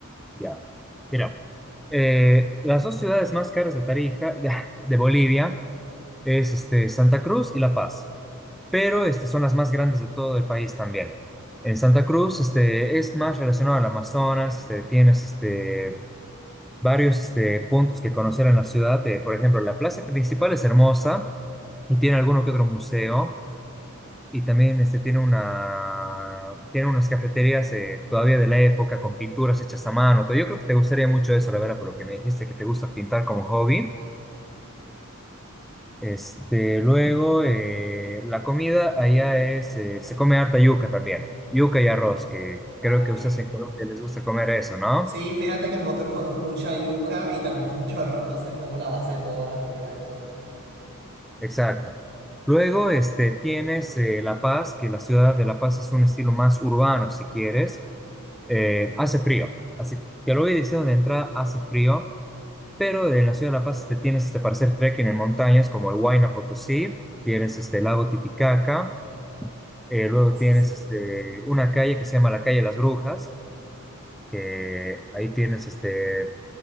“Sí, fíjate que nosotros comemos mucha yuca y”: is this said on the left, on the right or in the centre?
Right